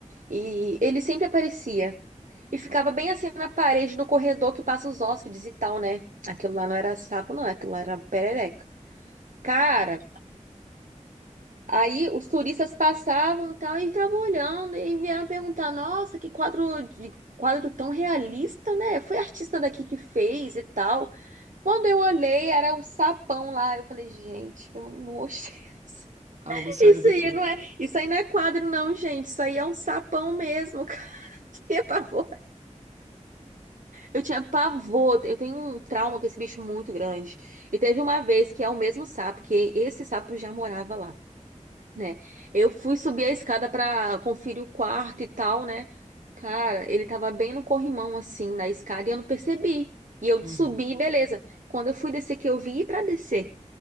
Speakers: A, on the right; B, on the right.
A: e ele sempre aparecia. E ficava bem assim na parede do corredor que passa os hóspedes e tal, né? Aquilo lá não era sapo, não, aquilo lá era perereca. Cara, aí os turistas passavam e tal, e estavam olhando, e vieram perguntar: nossa, que quadro de quadro tão realista, né? Foi artista daqui que fez e tal. Quando eu olhei, era um sapão lá. Eu falei, gente, pelo amor de Deus.
B: A alma
A: <laughs>
B: saiu
A: Isso
B: do
A: aí
B: corpo.
A: não é, isso aí não é quadro, não, gente. Isso aí é um sapão mesmo, cara. <laughs> Que pavor. Eu tinha pavor. Eu tenho um trauma com esse bicho muito grande. E teve uma vez que é o mesmo sapo, que esse sapo já morava lá, né? Eu fui subir a escada pra conferir o quarto e tal, né? Cara, ele tava bem no corrimão, assim, na escada, e eu não percebi. E eu
B: Uhum.
A: subi, beleza. Quando eu fui descer, que eu vi pra descer